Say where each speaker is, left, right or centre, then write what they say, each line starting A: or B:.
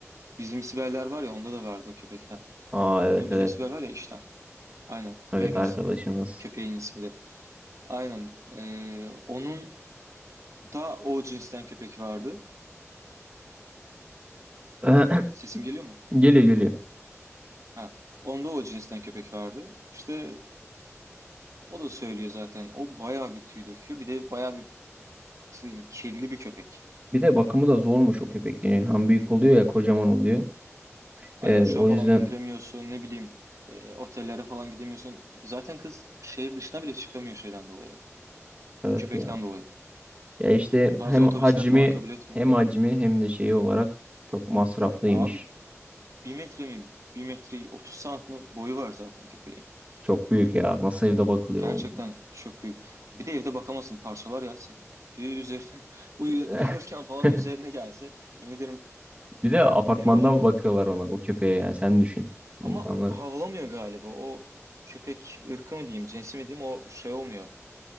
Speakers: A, on the right; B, on the right.
A: Bizim Siberler var ya onda da vardı o köpekten.
B: Aa evet
A: Tanıyor bizim
B: evet.
A: Siber var ya işten. Aynen.
B: Evet
A: Vegas.
B: arkadaşımız.
A: Köpeğin ismi de. Aynen. Ee, onun da o cinsten köpek vardı.
B: <clears throat>
A: Sesim geliyor mu?
B: Geliyor geliyor.
A: Ha. Onda o cinsten köpek vardı. İşte o da söylüyor zaten. O bayağı bir tüy döküyor. Bir de bayağı bir nasıl diyeyim kirli bir köpek.
B: Bir de bakımı da zormuş o köpeklerin. Hem büyük oluyor ya kocaman oluyor.
A: Aynen
B: Ee,
A: uçağa
B: o
A: falan
B: yüzden
A: bindiremiyorsun ne bileyim e, otellere falan gidemiyorsun. Zaten kız şehir dışına bile çıkamıyor şeyden dolayı.
B: evet
A: Köpekten
B: ya.
A: dolayı.
B: Ya işte
A: Bazı
B: hem
A: otobüsler
B: hacmi
A: falan kabul etmiyor.
B: hem hacmi hem de şeyi olarak çok masraflıymış.
A: Ya abi bir metre mi? Bir metre 30 santim mi boyu var zaten köpeğin.
B: Çok büyük ya. Nasıl evde bakılıyor
A: Gerçekten
B: o?
A: çok büyük. Bir de evde bakamazsın parçalar ya senin. Bir üzerine <laughs> uyu-
B: <laughs>
A: uyurken falan üzerine gelse yemin ederim
B: Bir de
A: yani
B: apartmanda
A: deli olurum ben.
B: bakıyorlar ona o köpeğe yani sen düşün. İnsanlar.
A: Ama havlamıyor galiba. O köpek ırkı mı diyeyim, cinsi mi diyeyim o şey olmuyor.